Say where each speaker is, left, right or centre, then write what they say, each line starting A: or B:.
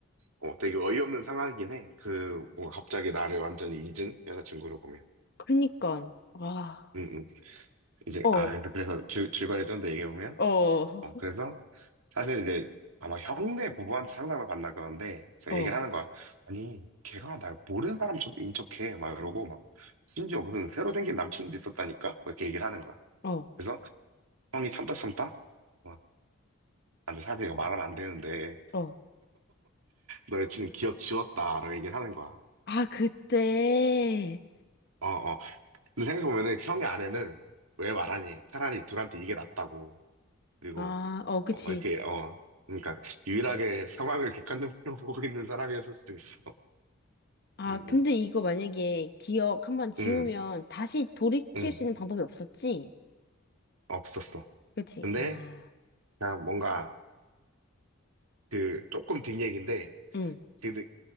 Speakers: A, on the right; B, on the left.
A: 어, 되게 어이없는 상황이긴 해. 그 뭔가 갑자기 나를 완전히 잊은 여자친구로 보면.
B: 그니까. 와,
A: 음, 음. 이제
B: 어,
A: 아 그래서 줄 줄거리 좀 더 얘기해 보면.
B: 어, 어,
A: 어, 그래서 사실 이제 아마 형네 부부한테 상담을 받나 그런데 제가
B: 어,
A: 얘기를 하는 거야. 아니, 걔가 날 모르는 사람처럼 인척해. 막 이러고 막 심지어 무슨 새로 생긴 남친도 있었다니까? 뭐 이렇게 얘기를 하는 거야.
B: 어.
A: 그래서 형이 참다 참다 막, 아, 근데 사실 이거 말하면 안 되는데
B: 어.
A: 너 여친 기억 지웠다 라고 얘기를 하는 거야.
B: 아, 그때.
A: 어, 어. 근데 생각해보면은 그 형의 아내는 왜 말하니? 차라리 둘한테 이게 낫다고. 그리고
B: 아, 어, 그치.
A: 어, 막 이렇게 어 그러니까 유일하게 상황을 객관적으로 <laughs> 보고 있는 사람이었을 수도 있어.
B: 아,
A: 응,
B: 근데
A: 응,
B: 이거 만약에 기억 한번 지우면
A: 응,
B: 다시 돌이킬
A: 응,
B: 수 있는 방법이 없었지?
A: 없었어.
B: 그치?
A: 근데
B: 아,
A: 그냥 뭔가 그 조금 뒷 얘기인데
B: 응,
A: 그,